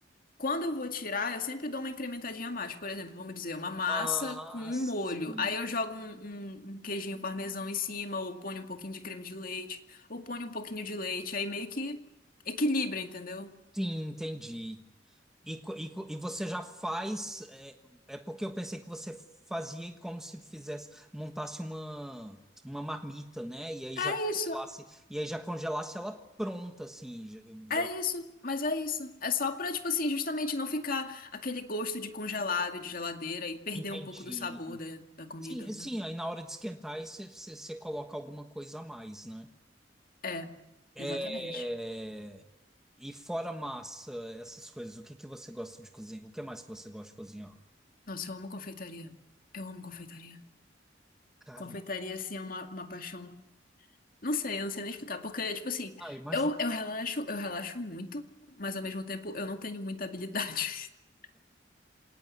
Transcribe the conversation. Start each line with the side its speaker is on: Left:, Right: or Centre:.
Left: Quando eu vou tirar, eu sempre dou uma incrementadinha a mais. Por exemplo, vamos dizer, uma massa
Centre: ah,
Left: com um
Centre: sim.
Left: molho. Aí eu jogo um, um- um queijinho parmesão em cima, ou ponho um pouquinho de creme de leite, ou ponho um pouquinho de leite. Aí meio que equilibra, entendeu?
Centre: Sim, entendi. E, co- e, co- e você já faz. É, é porque eu pensei que você fazia como se fizesse, montasse uma, uma marmita, né? E aí já
Left: É
Centre: congelasse,
Left: isso,
Centre: e aí já congelasse ela pronta, assim, já, eu já
Left: é isso, mas é isso. É só pra, tipo assim, justamente não ficar aquele gosto de congelado, de geladeira e perder
Centre: entendi.
Left: um pouco do sabor da, da comida.
Centre: Sim, sim, aí na hora de esquentar, aí você você- você coloca alguma coisa a mais, né?
Left: É,
Centre: É,
Left: exatamente.
Centre: E fora massa, essas coisas, o que que você gosta de cozinhar? O que mais que você gosta de cozinhar?
Left: Nossa, eu amo confeitaria. Eu amo confeitaria.
Centre: Cara,
Left: Confeitaria, assim, é uma, uma paixão Não sei, eu não sei nem explicar. Porque, tipo assim,
Centre: ah, imagina.
Left: eu, eu relaxo, eu relaxo muito, mas ao mesmo tempo eu não tenho muita habilidade. <laughs>